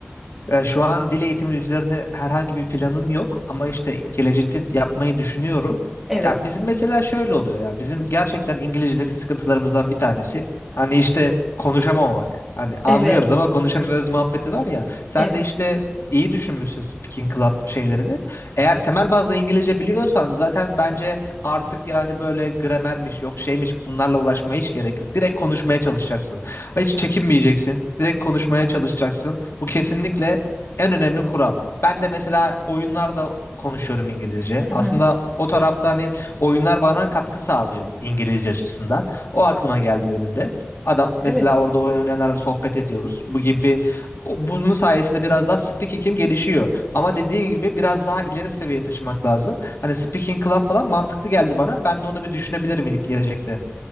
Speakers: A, on the left; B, in the centre.
A: E, şu an dil eğitimi üzerine herhangi bir planım yok ama işte gelecekte yapmayı düşünüyorum.
B: Evet,
A: Ya bizim mesela şöyle oluyor ya bizim gerçekten İngilizce'deki sıkıntılarımızdan bir tanesi hani işte konuşamamak. Hani
B: evet,
A: anlıyoruz ama konuşamıyoruz muhabbeti var ya. Sen
B: evet.
A: de işte iyi düşünmüşsün Speaking Club şeylerini. Eğer temel bazda İngilizce biliyorsan zaten bence artık yani böyle gramermiş yok şeymiş bunlarla uğraşmaya hiç gerek yok. Direkt konuşmaya çalışacaksın. Hiç çekinmeyeceksin. Direkt konuşmaya çalışacaksın. Bu kesinlikle en önemli kural. Ben de mesela oyunlarda konuşuyorum İngilizce.
B: Hı
A: Aslında
B: hı.
A: o tarafta hani oyunlar bana katkı sağlıyor İngilizce açısından. O aklıma geldi benim de. Adam
B: Evet.
A: mesela orada oyun oynayanlarla sohbet ediyoruz. Bu gibi o- bunun sayesinde biraz daha speaking'im gelişiyor. Ama dediğin gibi biraz daha ileri seviyeye taşımak lazım. Hani speaking club falan mantıklı geldi bana. Ben de onu bir düşünebilirim gelecekte.